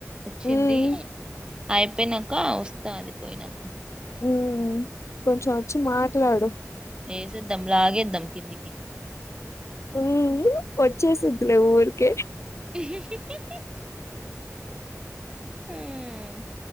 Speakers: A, on the right; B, on the left.
A: వచ్చిందీ
B: ఉమ్
A: అయిపోయినంక వస్తా అది పోయినాక
B: మ్మ్ కొంచెం వచ్చి మాట్లాడు
A: ఏసేదం లాగేదాం కిందికి
B: మ్మ్ కొచ్చేసిద్ధిలే ఊరికే
A: <unintelligible> మ్మ్